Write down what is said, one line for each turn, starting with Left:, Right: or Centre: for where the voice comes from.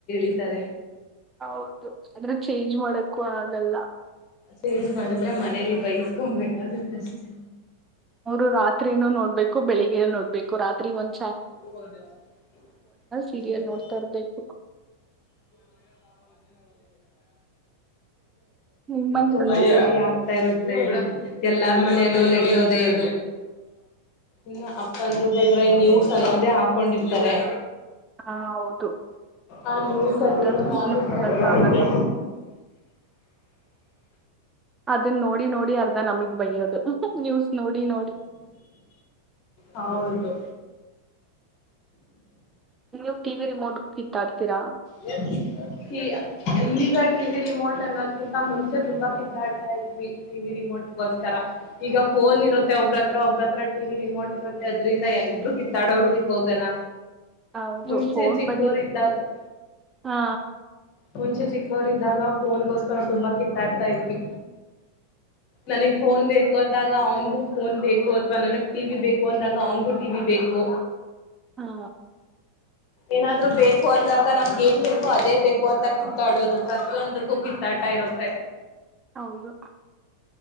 Left: ಎಿತಾರೆ
Right: ಹೌದು ಆದ್ರೆ ಚೇಂಜ್ ಮಾಡಕ್ಕೂ ಆಗಲ್ಲ
Left: ಚೇಂಜ್ ಮಾಡಿದ್ರೆ ಮನೇಲಿ ಬೈಸ್ಕೊಬೇಕಾಗುತ್ತೆ ಅಷ್ಟೆ
Right: ಅವರು ರಾತ್ರಿ ಏನ ನೋಡ್ಬೇಕು ಬೆಳಿಗ್ಗೆ ನೋಡ್ಬೇಕು ರಾತ್ರಿ ಒಂದು
Left: ಹ್ಮ್
Right: ಸೀರಿಯಲ್
Left: ಹಾ
Right: ನೋಡ್ತಾ ಇರ್ಬೇಕು ನಿಮ್ಮನೇಲೂ
Left: ತುಂಬಾತಿ
Right: ಇದೇ ತರ
Left: ಆಗ್ತಾ ಇರುತ್ತೆ ಇದು ಎಲ್ಲ ಮನ ನಡದ ಇ ಇ ಅಪ್ಪ ಅಂದರು ಬಂದ್ರೆ ನೀ ಚಲದೇ ಹಾಕೊಂಡಿರ್ತಾರೆ
Right: ಹಾ ಹೌದು
Left: ಆ ನ್ಯೂಸ್ಲ್ಲಿ
Right: ಅದಂತೂ
Left: ಏನೇನು
Right: ಇಲ್ಲೂ
Left: ಆಗುತ್ತೆ
Right: ನೋಡಕ್ ಆಗಲ್ಲ ಅದನ್ನ ನೋಡಿ ನೋಡಿ ಅರ್ಧ ನಮಗ್ ಬಯ್ಯೋದು ನೋಡಿ ನೋಡಿ
Left: ಹೌದು
Right: ನೀವು ಟಿವಿ ರಿಮೋಟ್ಗೂ ಕಿತ್ತಾಡ್ತೀರಾ
Left: ಯ ಈಗ ಟಿವಿ ರಿಮೋಟ್ ಅನ್ನೋದ್ಕಿಂತ ಮುಂಚೆ ತುಂಬಾ ಕಿತ್ತಾಡ್ತಾ ಇದ್ವಿ ಟಿವಿ ರಿಮೋಟ್ಗೋಸ್ಕರ ಈಗ ಫೋನ್ ಇರುತ್ತೆ ಒಬ್ಬ್ರ ಹತ್ರ ಒಬ್ಬ್ರತ್ರ ಟಿ ರಿಮೋಟ್ ರುತ್ತೆ ಅದ್ರಿಂದ ಇಬ್ಬರು ಕಿತ್ತಾಡ ಹೋಗದಿಕ್ ಹೋಗಲ್ಲ
Right: ಹೌದು
Left: ಮುಂಚೆ
Right: ಫೋನ್
Left: ಚಿಕ್ಕೋರ್
Right: ಬಂದಿರತ್ತೆ
Left: ಇದ್ದಾಗ
Right: ಹಾ
Left: ಮುಂಚೆ ಚಿಕ್ಕವರ ಇದಾಗ ಫೋನ್ಗೋಸ್ಕರ ನಾವು ತುಂಬಾ ಕಿತ್ತಾಡ್ತಾ ಇದ್ವಿ ನನಗ್ ಫೋನ್ ಬೇಕು ಅಂದಾಗ ಅವನ್ಗೂ ಫೋನ್ ಬೇಕು ಅಥವಾ ನನಗ್ ಟಿವಿ ಬೇಕು ಅಂದಾಗ ಅವ್ನ್ಗು ಟಿವಿ ಬೇಕು
Right: ಹಾ
Left: ಏನಾದ್ರು ಬೇಕು ಅಂದಾಗ ನಮ್ಗೆಗ್ ಏನ್ ಬೇಕೋ ಅದೇ ಬೇಕು ಅಂತ ಕಿತ್ತಾಡೋದು ಪ್ರತಿಯೊಂದಕ್ಕೂ ಕಿತ್ತಾಟ ಇರುತ್ತೆ
Right: ಹೌದು